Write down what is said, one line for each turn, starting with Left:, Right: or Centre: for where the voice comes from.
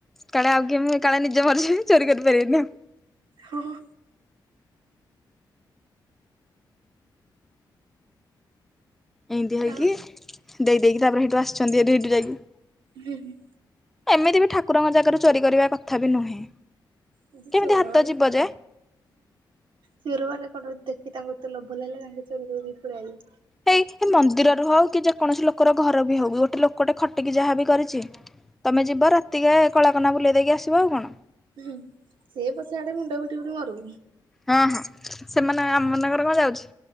Centre: କାଳେ ଆଉ କି ମୁଁ କାଳେ ନିଜ ମରିଯିବି ଚୋରି କରିପାରିବିନି ଆଉ।
Right: ହଁ ହଁ।
Centre: ଏମତି ହେଇକି
Right: ଆଉ
Centre: ଦେଇ ଦେଇେକି ତାପରେ ସେଇଠୁ ଆସିଛନ୍ତିଠୁ ଯାଇକି ୲
Right: ହୁଁ ହୁଁ।
Centre: ଏମିତି ବି ଠାକୁରଙ୍କ ଜାଗାରୁ ଚୋରି କରିବା କଥା ବି ନୁହେଁ।
Right: ଦିଦି
Centre: କେମିତି
Right: ଚୋର
Centre: ହାତ
Right: ମାନେ
Centre: ଯିବ
Right: କଣ?
Centre: ଯେ
Right: ଚୋର ମାନେ କଣ ଦେଖି ତାଙ୍କ ତେ ଲୋଭ ଲାଗେ ତାଙ୍କେ ଚୋରି ପଳେଇଲେ।
Centre: ଏଇ ମନ୍ଦିରରୁ ହଉ କି ଯେ କୌଣସି ଲୋକର ଘର ବି ହଉ କି ଗୋଟେ ଲୋକଟେ ଖଟିକି ଯାହା ବି କରିଛି। ତମେ ଯିବ ରାତିକେ କଳାକନା ବୁଲେଇ ଦେଇକି ଆସିବ ଆଉ କଣ?
Right: ହୁଁ ସିଏ ପଛାଆଡେ ମୁଣ୍ଡ ପିଟି ପିଟି ମରୁ।
Centre: ହଁ ହଁ ସେମାନେ ଆମନଙ୍କର କଣ ଯାଉଛି?